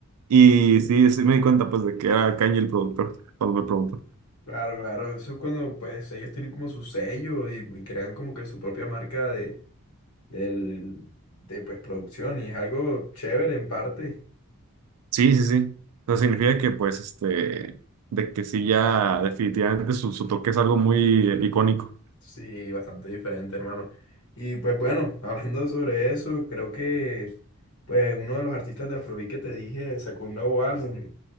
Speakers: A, on the right; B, on the left.
A: y
B: Ok.
A: sí, sí me di cuenta pues de que era Kanye el productor cuando me preguntó.
B: Claro, claro, eso es cuando pues ellos tienen como su sello y, y crean como que su propia marca de, del, de pues producción y es algo chévere en parte,
A: Sí, sí, sí. O sea, significa que pues este, de que sí ya definitivamente su, su toque es algo muy eh, icónico.
B: sí, bastante diferente, hermano. Y pues bueno, <laughs> hablando sobre eso, creo que pues uno de los artistas de Afrobeat que te dije sacó un nuevo álbum. y